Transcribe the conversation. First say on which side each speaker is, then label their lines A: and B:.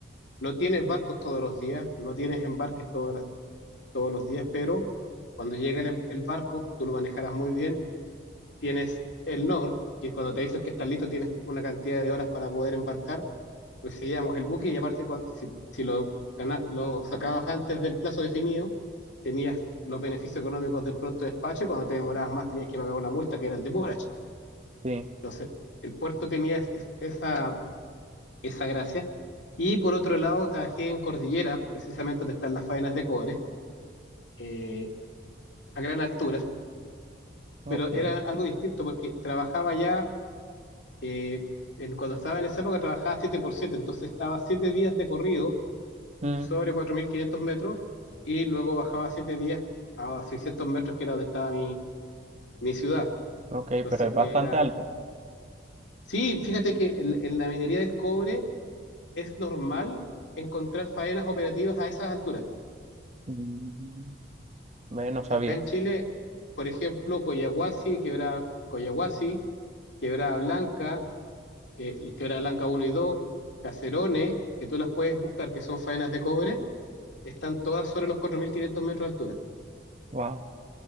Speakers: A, on the left; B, on the right.
A: no tienes barcos todos los días, no tienes embarques todas las- todos los días, pero cuando llega el, el barco, tú lo manejarás muy bien tienes el NOR, que cuando te dicen que estás listo tienes una cantidad de horas para poder embarcar, recibíamos el buque y aparte con- si, si lo, gana- lo sacabas antes del plazo definido, tenías los beneficios económicos del pronto despacho y cuando te demorabas más tenías que pagar una multa que era el demurrage.
B: sí,
A: Entonces, el puerto tenía es- es- esa, esa gracia. Y por otro lado, trabajé en Cordillera, precisamente donde están las faenas de cobre, eh, a gran alturas,
B: ok.
A: pero era algo distinto porque trabajaba ya eh, en, cuando estaba en esa época trabajaba 7 por 7, entonces estaba 7 días de corrido
B: Mm,
A: sobre 4.500 metros y luego bajaba 7 días a 600 metros, que era donde estaba mi, mi ciudad.
B: ok,
A: Entonces
B: pero es bastante
A: era...
B: alto.
A: Sí, fíjate que en, en la minería del cobre es normal encontrar faenas operativas a esas alturas.
B: Mm, ve, no sabía.
A: Acá en Chile, por ejemplo, Collahuasi, Quebrada, Collahuasi, Quebrada Blanca, eh, y Quebrada Blanca uno y 2, Caserones, que tú las puedes buscar, que son faenas de cobre, están todas sobre los 4.500 metros de altura.
B: Wow.